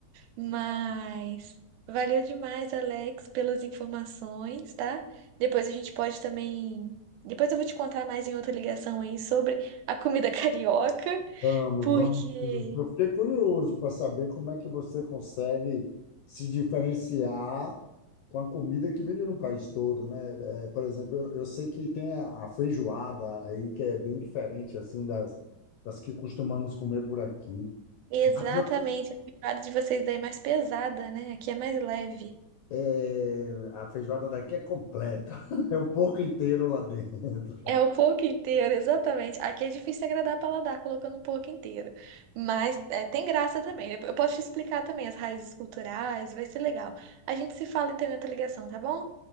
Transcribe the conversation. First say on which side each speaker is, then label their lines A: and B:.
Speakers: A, on the right; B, on the left.
A: Mas valeu demais, Alex, pelas informações, tá? Depois a gente pode também. Depois eu vou te contar mais em outra ligação aí sobre a comida <laughs> carioca,
B: Vamos,
A: porque
B: vamos. sim. Eu fiquei curioso para saber como é que você consegue se diferenciar com a comida que vende no país todo, né? É, por exemplo, eu, eu sei que tem a, a feijoada aí, que é bem diferente assim das, das que costumamos comer por aqui.
A: Exatamente,
B: mas eu
A: a pegada de vocês daí é mais pesada, né? Aqui é mais leve.
B: É, a feijoada daqui é completa. <laughs> É o porco inteiro lá dentro. <laughs>
A: É o porco inteiro, exatamente. Aqui é difícil agradar paladar colocando o porco inteiro. Mas é, tem graça também. Eu eu posso te explicar também as raízes culturais, vai ser legal. A gente se fala então em outra ligação, tá bom?